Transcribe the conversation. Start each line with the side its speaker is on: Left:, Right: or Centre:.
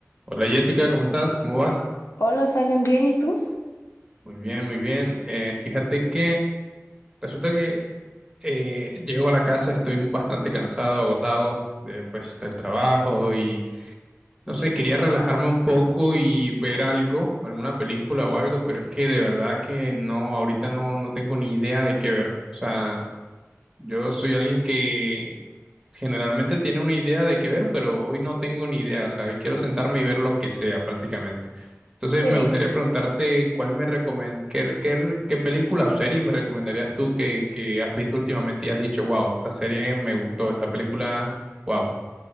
Right: Hola Jessica, ¿cómo estás? ¿Cómo vas?
Left: Hola, ¿salen bien? ¿Y tú?
Right: Muy bien, muy bien. Eh, fíjate que resulta que eh, llego a la casa, estoy bastante cansado, agotado de, pues, del trabajo y no sé, quería relajarme un poco y ver algo, alguna película o algo, pero es que de verdad que no, ahorita no, no tengo ni idea de qué ver. O sea, yo soy alguien que generalmente tiene una idea de qué ver, pero hoy no tengo ni idea, o sea, hoy quiero sentarme y ver lo que sea prácticamente. Entonces
Left: Sí.
Right: me gustaría preguntarte cuál me recomen- qué, qué, qué película o serie me recomendarías tú que, que has visto últimamente y has dicho, wow, esta serie me gustó, esta película, wow.